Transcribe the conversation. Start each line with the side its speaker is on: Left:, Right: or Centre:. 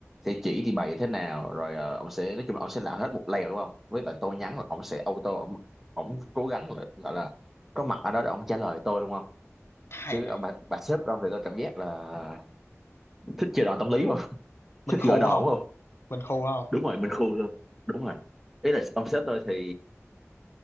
Centre: sẽ chỉ đi bài như thế nào rồi ờ, ông sẽ nói chung là ông sẽ làm hết một lèo đúng không với lại tôi nhắn là ông sẽ auto ông ông cố gắng là gọi là có mặt ở đó để ông trả lời tôi đúng không
Left: Hay
Centre: chứ
Left: vậy,
Centre: ông bà, bà sếp đó thì tôi cảm giác là thích chơi đòn tâm lý không <laughs>
Left: mình
Centre: thích
Left: khu
Centre: gửi đòn
Left: không
Centre: đúng không
Left: Mình khu không
Centre: đúng rồi mình khôn luôn đúng rồi ý là ông sếp tôi thì